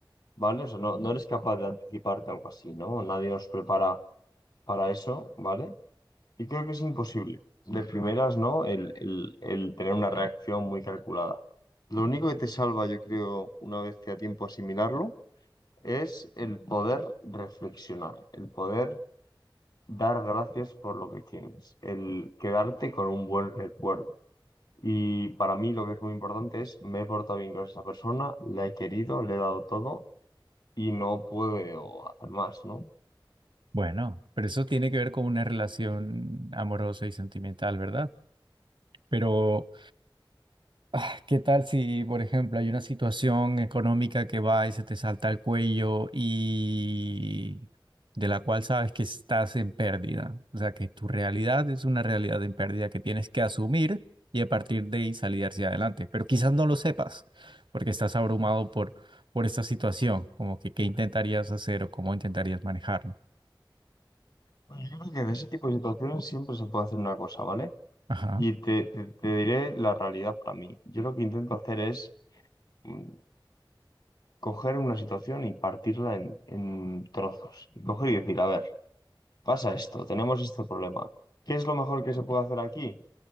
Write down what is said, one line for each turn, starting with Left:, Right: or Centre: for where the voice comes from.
Left: ¿vale? O sea, no, no eres capaz de anticiparte algo así, ¿no? Nadie nos prepara para eso, ¿vale? Y creo que es imposible. De primeras, ¿no? El, el, el tener una reacción muy calculada. Lo único que te salva, yo creo, una vez que a tiempo asimilarlo, es el poder reflexionar, el poder dar gracias por lo que tienes, el quedarte con un buen recuerdo. Y para mí lo que es muy importante es, me he portado bien con esa persona, la he querido, le he dado todo y no puedo hacer más, ¿no?
Right: Bueno, pero eso tiene que ver con una relación amorosa y sentimental, ¿verdad? Pero Ah, ¿Qué tal si, por ejemplo, hay una situación económica que va y se te salta el cuello y de la cual sabes que estás en pérdida? O sea, que tu realidad es una realidad en pérdida que tienes que asumir y a partir de ahí salir hacia adelante. Pero quizás no lo sepas porque estás abrumado por, por esta situación, como que qué intentarías hacer o cómo intentarías manejarlo.
Left: Pues yo creo que de ese tipo de situaciones siempre se puede hacer una cosa, ¿vale?
Right: Ajá,
Left: Y te, te- te diré la realidad para mí. Yo lo que intento hacer es mm, coger una situación y partirla en, en trozos. Y coger y decir, a ver, pasa esto, tenemos este problema. ¿Qué es lo mejor que se puede hacer aquí?